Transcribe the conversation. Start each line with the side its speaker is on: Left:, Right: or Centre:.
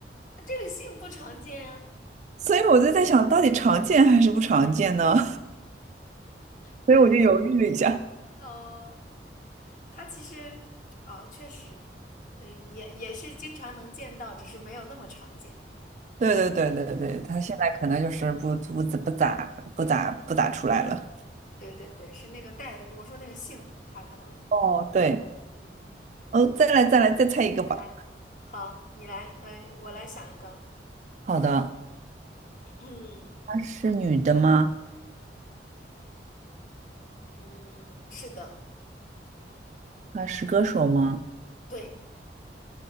Left: 那这个姓不常见呀、
Right: 所以我就在想，到底常见还是不常见呢？<laughs>
Left: 对对，
Right: 所以我就犹豫了一下。
Left: 呃，他其实哦，确实，那也也是经常能见到，只是没有那么常见。
Right: 对对对对对，
Left: 嗯，
Right: 他现在可能就是不不不咋不咋不咋出来了。
Left: 对对对，是那个戴，我说那个姓，他可能。
Right: 哦，对，
Left: 嗯嗯嗯。
Right: 哦，再来再来再猜一个吧。
Left: 来，好，你来，嗯、我来想一个，
Right: 好的，
Left: 嗯、<clears throat>
Right: 她是女的吗？
Left: 嗯，是的，
Right: 她是歌手吗？
Left: 对，